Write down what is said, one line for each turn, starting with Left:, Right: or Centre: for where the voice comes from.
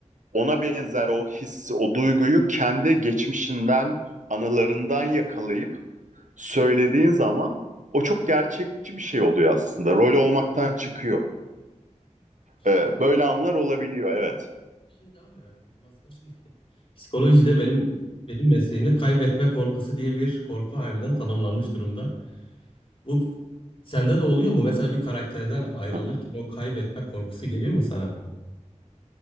Right: ona benzer o hissi, o duyguyu kendi geçmişinden, anılarından yakalayıp söylediğin zaman o çok gerçekçi bir şey oluyor aslında. Rol olmaktan çıkıyor.
Left: Şey,
Right: Ee, böyle anlar olabiliyor, evet.
Left: bir şey daha merak ettim aslında. Şimdi Psikolojide benim benim mesleğimde kaybetme korkusu diye bir korku harbiden tanımlanmış durumda. Bu sende de oluyor mu? Mesela bir karakterden ayrılırken
Right: <laughs>
Left: o kaybetme korkusu geliyor mu sana?